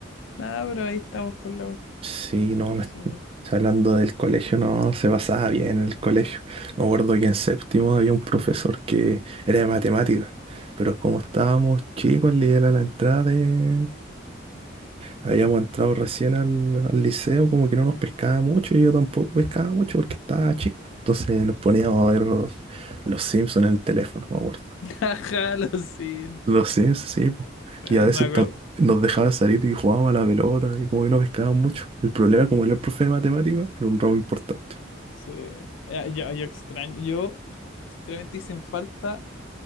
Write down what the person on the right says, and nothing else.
Sí, no, me
hablando del colegio, no, se pasaba bien en el colegio. Me acuerdo que en séptimo había un profesor que era de matemáticas, pero como estábamos chicos, le era la entrada de, Habíamos entrado recién al, al liceo, como que no nos pescaba mucho y yo tampoco pescaba mucho porque estaba chico. Entonces nos poníamos a ver Los Simpsons en el teléfono, me acuerdo.
Los Sims sí, po.
Y a veces
tam- nos dejaba salir y jugábamos a la pelota y como que no pescaban mucho. El problema, como era el profe de matemáticas, era un ramo importante.